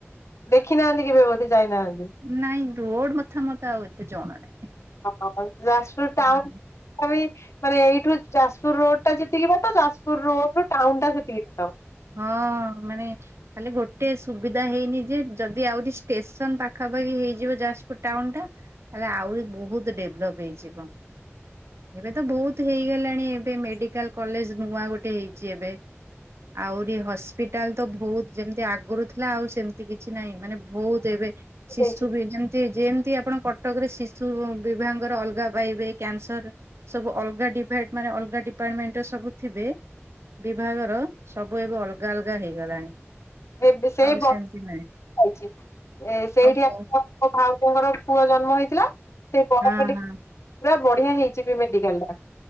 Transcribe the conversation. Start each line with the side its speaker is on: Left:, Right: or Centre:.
Left: ଦେଖି ନାହାନ୍ତି କେବେ ବୋଧେ ଯାଇନାହାନ୍ତି।
Right: ନାଇଁ ରୋଡ ମତାମତା ଆଉ ଏତେ ଜଣ ନାହିଁ।
Left: ହ ହ ଯାଜପୁର ଟାଉନ
Right: ନା
Left: ମାନେ ଏଇଠୁ ଯାଜପୁର ରୋଡ ଟା ଯେତିକି ବାଟ ଯାଜପୁର ରୋଡୁ ଟାଉନ ଟା ସେତିକି ବାଟ।
Right: ହଁ ମାନେ ଖାଲି ଗୋଟେ ସୁବିଧା ହେଇନି ଯେ ଯଦି ଆହୁରି ଷ୍ଟେସନ ପାଖା ପାଖି ହେଇଯିବ ଯାଜପୁର ଟାଉନଟା ତାଲେ ଆହୁରି ବହୁତ ଡେଭଲପ ହେଇଯିବ। ଏବେ ତ ବହୁତ ହେଇଗଲାଣି ଏବେ ମେଡିକାଲ କଲେଜ ନୂଆ ଗୋଟେ ହେଇଛି ଏବେ। ଆହୁରି ହସ୍ପିଟାଲ ତ ବହୁତ ଯେମିତି ଆଗରୁ ଥିଲା ଆଉ ସେମିତି କିଛି ନାହିଁ ମାନେ ବହୁତ ଏବେ ଶିଶୁ
Left: ହେଇଛି
Right: ବି ଯେମତି ଜିମ ଯଦି ଆପଣ କଟକରେ ଶିଶୁ ବିଭାଗର ଅଲଗା ପାଇବେ କ୍ୟାନସର ସବୁ ଅଲଗା ଡିଭା ମାନେ ଅଲଗା ଡିପାର୍ଟମେଣ୍ଟ ସବୁ ଥିବେ ବିଭାଗର। ସବୁ ଏବେ ଅଲଗା ଅଲଗା ହେଇଗଲାଣି।
Left: ଏବେ ସେଇ
Right: ଆଉ
Left: ବ
Right: ସେମିତି ନାହିଁ
Left: ପାଇଛି ଏ ସେଇଠି
Right: ଆଉ ହଁ
Left: ଆ <unintelligible> ଭାଉଜଙ୍କର ପୁଅ ଜନ୍ମ ହେଇଥିଲା ସେଇ ବ
Right: ହଁ
Left: <unintelligible> ମ ପୁରା ବଢିଆ ହେଇଛି ବି ମେଡିକାଲଟା।